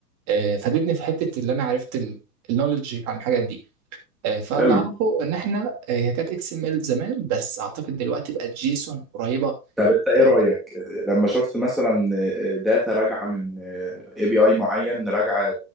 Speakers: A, on the right; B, in the centre.
A: آه، فادتني في حته اللي انا عرفت النولج عن الحاجات دي آه، فاللي
B: حلو
A: اعرفه ان احنا آه، هي كانت اكس ام ال زمان بس اعتقد دلوقتي بقت جيسون قريبه
B: طب انت ايه رايك
A: آه،
B: لما شفت مثلا داتا راجعه من اي بي اي معين راجعه